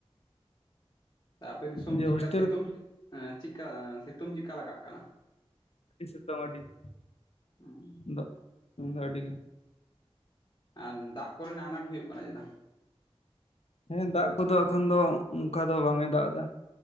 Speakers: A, on the left; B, on the left.
A: ᱟᱯᱮ ᱫᱤᱥᱚᱢ
B: ᱫᱤᱭᱮ
A: ᱪᱮᱠᱠᱟ
B: ᱦᱳᱥᱴᱮᱞ
A: ᱥᱮᱛᱳᱝ?
B: ᱨᱮ
A: ᱦᱮᱸ ᱪᱮᱫᱠᱟ, ᱥᱮᱛᱳᱝ ᱪᱮᱫ ᱠᱟ ᱞᱟᱜᱟᱜ ᱠᱟᱱᱟ?
B: ᱟᱹᱰᱤ ᱥᱤᱛᱩᱝ ᱟᱹᱰᱤ ᱾
A: ᱦᱩᱸ
B: <unintelligible> ᱟᱹᱰᱤ ᱜᱮ᱾
A: ᱟᱨ ᱫᱟᱜ ᱠᱚ ᱨᱮᱱᱟᱜ ᱟᱱᱟᱴ ᱦᱩᱭᱩᱜ ᱠᱟᱱᱟ ᱪᱮᱫᱟ?
B: ᱦᱮᱸ ᱫᱟᱜ ᱠᱚᱫᱚ ᱮᱠᱷᱚᱱ ᱫᱚ, ᱚᱱᱠᱟ ᱫᱚ ᱵᱟᱝ ᱮ ᱫᱟᱜ ᱮᱫᱟ᱾